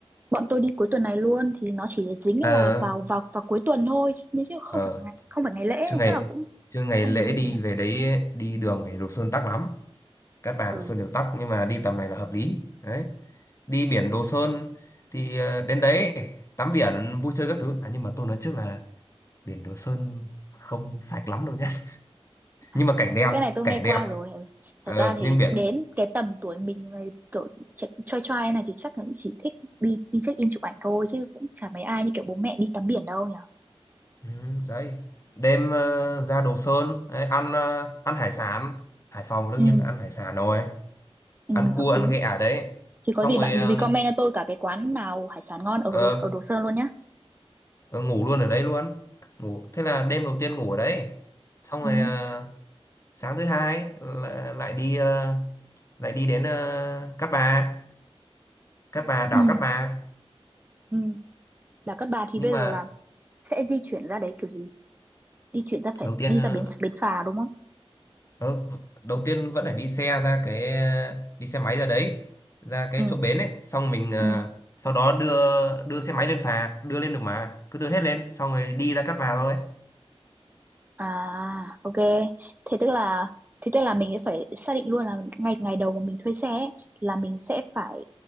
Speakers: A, on the right; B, on the left.
A: bọn tôi đi cuối tuần này luôn thì nó chỉ dính
B: ờ
A: vào vào vào vào cuối tuần thôi nên chứ không
B: ờ
A: phải ngày, không phải ngày lễ
B: chưa
A: nên
B: ngày
A: chắc là cũng
B: chưa ngày
A: không
B: lễ
A: vấn đề
B: đi
A: gì lắm.
B: về đấy đi đường về Đồ Sơn tắc lắm Cát Bà
A: Ừ.
B: Đồ Sơn đều tắc nhưng mà đi tầm này là hợp lý đấy đi biển Đồ Sơn thì ờ, đến đấy tắm biển vui chơi các thứ à nhưng mà tôi nói trước là biển Đồ Sơn không sạch lắm đâu nhé <laughs>
A: À,
B: nhưng mà cảnh đẹp
A: cái này tôi
B: cảnh
A: nghe
B: đẹp
A: qua rồi. Ừ.
B: ờ,
A: Thật ra thì
B: nhưng biển
A: đến cái tầm tuổi mình mà kiểu ch- choi choai này thì chắc là cũng chỉ thích đi đi check in chụp ảnh thôi chứ cũng chả mấy ai như kiểu bố mẹ đi tắm biển đâu nhỉ.
B: ừ, đấy đêm ờ, ra Đồ Sơn đấy, ăn ờ, ăn hải sản Hải Phòng đương
A: Ừ,
B: nhiên phải ăn hải sản rồi
A: ừ,
B: ăn cua
A: hợp
B: ăn
A: lý.
B: ghẹ ở đấy
A: Thì
B: xong
A: có gì
B: rồi
A: bạn
B: ờ,
A: recommend cho tôi cả cái quán nào hải sản ngon ở
B: ờ,
A: Đồ, ở Đồ Sơn luôn nhá.
B: ờ, ngủ luôn ở đấy luôn ngủ thế là đêm đầu tiên ngủ ở đấy xong
A: Ừ,
B: rồi ờ, sáng thứ hai là- lại đi ờ, lại đi đến ờ, Cát Bà Cát Bà đảo
A: ừ,
B: Cát Bà
A: ừ. là các bà thì
B: nhưng
A: bây
B: mà
A: giờ là sẽ di chuyển ra đấy kiểu gì di chuyển ra phải
B: đầu tiên
A: đi
B: ờ,
A: ra bến bến phà đúng không
B: ờ, đầu tiên vẫn phải đi xe ra cái ờ, đi xe máy ra đấy ra cái
A: ừ
B: chỗ bến ấy xong mình ờ,
A: ừ
B: sau đó đưa đưa xe máy lên phà đưa lên được mà cứ đưa hết lên xong rồi đi ra Cát Bà thôi
A: à ok thế tức là thế tức là mình sẽ phải xác định luôn là ngày ngày đầu mà mình thuê xe ấy, là mình sẽ phải